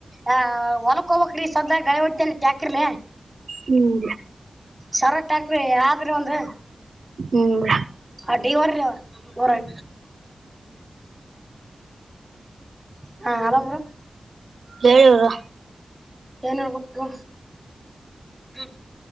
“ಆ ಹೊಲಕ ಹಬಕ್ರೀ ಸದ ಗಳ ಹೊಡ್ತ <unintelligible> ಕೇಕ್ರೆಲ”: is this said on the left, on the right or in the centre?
Centre